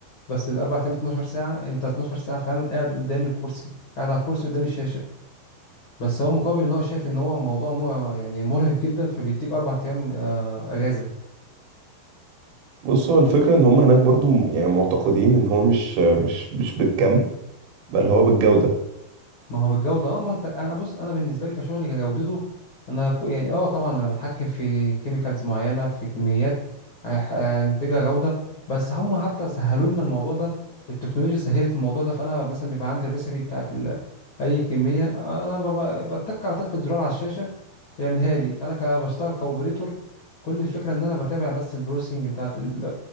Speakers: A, on the left; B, on the right.
A: بس الاربع ايام 12 ساعه انت 12 ساعه فعلا قاعد قدام الكرسي قاعد على الكرسي قدام الشاشه بس هو مقابل ان هو شايف ان هو موضوع مو يعني مرهق جدا فبيديك اربع ايام آه، اجازه
B: بص هو الفكرة ان هم هناك برضو م- يعني معتقدين ان هو مش مش مش بالكم بل هو بالجودة
A: ما هو بالجودة اه ما انت انا بص انا بالنسبة لي كشغلي كجودته انا ك- يعني اه طبعا انا بتحكم في كيميكالز معينة في كميات هيح- هينتجها جودة بس هم حتى سهلوا لنا الموضوع ده التكنولوجيا سهلت الموضوع ده فانا مثلا بيبقى عندي الريسبي بتاعت ال... اي كمية انا بب- بتك على تكة زرار على الشاشة يعملها لي انا ك- بشتغل كاوبريتور كل الفكرة ان انا بتابع بس البروسينج بتاعت ال...